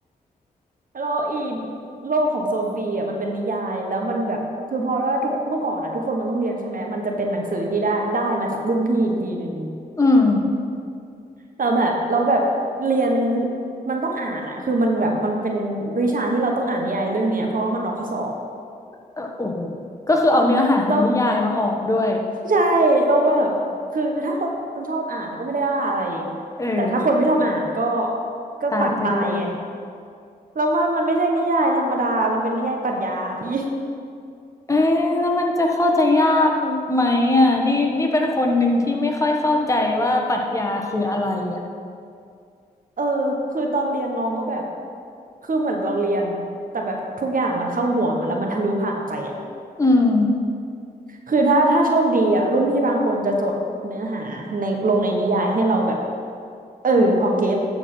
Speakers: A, on the right (about 55°); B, on the left (about 20°).
A: แล้วอีโลกของโซฟีอ่ะมันเป็นนิยายแล้วมันแบบคือพอว่าทุกเมื่อก่อนอ่ะทุกคนมันต้องเรียนใช่ไหมมันจะเป็นหนังสือที่ได้ได้มาจากรุ่นพี่อีกทีหนึ่ง
B: อืม
A: แล้วแบบแล้วแบบเรียนมันต้องอ่านอ่ะคือมันแบบมันเป็นวิชาที่เราต้องอ่านนิยายเรื่องเนี้ยเพราะว่ามันออกข้อสอบ
B: เออโอ้โหก็คือเอาเนื้อหาในนิยายมาออกด้วย
A: แล้ว ใช่เราแบบคือถ้าคนชอบอ่านก็ไม่ได้ว่าอะไร
B: เออ
A: แต่ถ้าคนไม่ชอบอ่านก็ก็ปังตายไง
B: ตายเป็นเลย
A: แล้วมันมันไม่ใช่นิยายธรรมดามันเป็นนิยายปรัชญาอะพี่
B: เอ๊ะแล้วมันจะเข้าใจยากไหมอ่ะนี่นี่เป็นคนหนึ่งที่ไม่ค่อยเข้าใจว่าปรัชญาคืออะไรอ่ะ
A: <laughs> เออคือตอนเรียนน้องก็แบบคือเหมือนเราเรียนแต่แบบทุกอย่างมันเข้าหัวแล้วมันทะลุผ่านออกไปอ่ะ
B: อืม
A: คือถ้าถ้าโชคดีอ่ะรุ่นพี่บางคนจะจดเนื้อหาในลงในนิยายให้เราแบบเออพอเก็ต
B: <laughs> อม